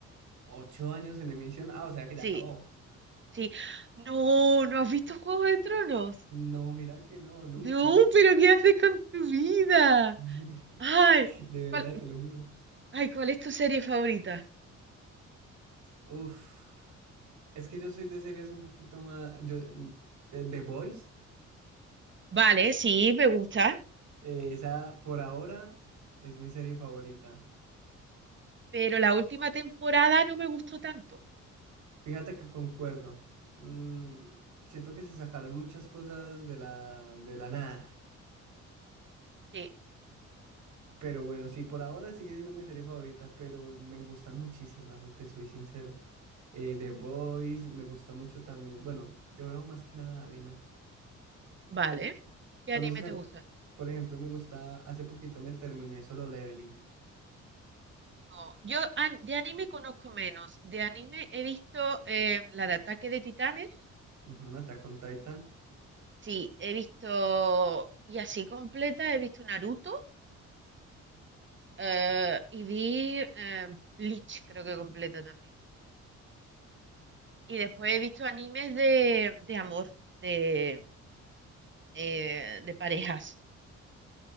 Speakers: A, on the right (about 70°); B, on the right (about 40°).
A: ¿Ocho años en emisión? Ah, o sea que ya
B: Sí,
A: acabó.
B: sí. No, ¿no has visto Juego de Tronos?
A: No, mira que no, nunca.
B: No, pero ¿qué haces con tu vida?
A: <laughs>
B: Ay,
A: De
B: ¿cuál,
A: verdad, te lo juro.
B: ay, ¿cuál es tu serie favorita?
A: Uf. Es que yo soy de series un poquito más... Yo, mm, de The Boys,
B: Vale, sí, me gusta.
A: eh, esa por ahora es mi serie favorita.
B: Pero la última temporada no me gustó tanto.
A: Fíjate que concuerdo. Mm, siento que se sacaron muchas cosas de la, de la nada.
B: Sí,
A: Pero bueno, sí, por ahora sigue siendo mi serie favorita, pero me gustan muchísimas, si te soy sincero. Eh, The Boys, me gusta mucho también. Bueno, yo veo más que nada anime.
B: vale. ¿Qué
A: ¿Conoces
B: anime
A: al...?
B: te gusta?
A: Por ejemplo, me gusta... Hace poquito me terminé Solo Leveling.
B: No, yo an- de anime conozco menos. De anime he visto eh, la de Ataque de Titanes.
A: Ujú, Attack on Titan.
B: Sí, he visto, y así completa, he visto Naruto eh, y vi eh, Bleach, creo que completa también. Y después he visto animes de, de amor, de, eh, de parejas.